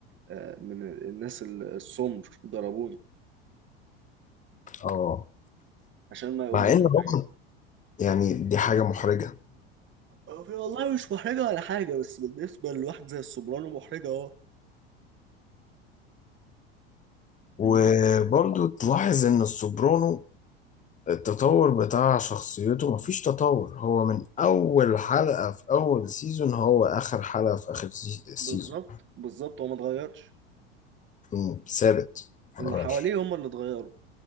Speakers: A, on the right; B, on the left.
A: آه، من الناس السمر ضربوني
B: اه
A: عشان ما يقولوش
B: مع ان
A: الحاجة
B: هو يعني دي حاجة محرجة
A: هو والله مش محرجة ولا حاجة بس بالنسبة لواحد زي السوبرانو محرجة اه
B: وبرضو
A: إنما
B: تلاحظ ان السوبرانو التطور بتاع شخصيته مفيش تطور هو من اول حلقة في اول سيزون هو اخر حلقة في اخر سي- سيزون
A: بالظبط بالظبط هو ما اتغيرش
B: مم، ثابت
A: اللي
B: مغيرش
A: حواليه هم اللي اتغيروا